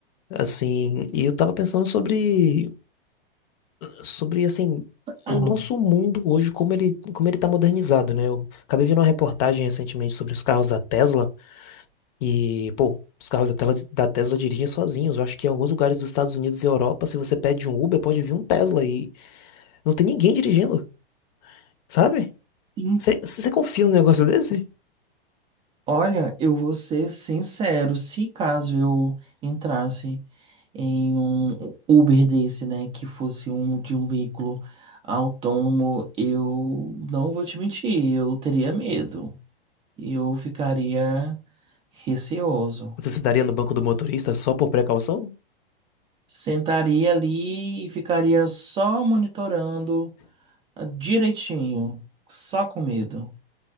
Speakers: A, on the left; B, on the right.
A: Assim, e eu tava pensando sobre sobre assim, o
B: Aham.
A: nosso mundo hoje, como ele como ele tá modernizado, né? Eu acabei vendo uma reportagem recentemente sobre os carros da Tesla e, pô, os carros da Tesla, da Tesla dirigem sozinhos. Eu acho que em alguns lugares dos Estados Unidos e Europa, se você pede um Uber, pode vir um Tesla e não tem ninguém dirigindo. Sabe?
B: Hum,
A: Você você confia num negócio desse?
B: Olha, eu vou ser sincero, se caso eu entrasse em um Uber desse, né, que fosse um de um veículo autônomo, eu não vou te mentir, eu teria medo. Eu ficaria Receoso.
A: Você se daria no banco do motorista só por precaução?
B: Sentaria ali e ficaria só monitorando ah, direitinho, só com medo.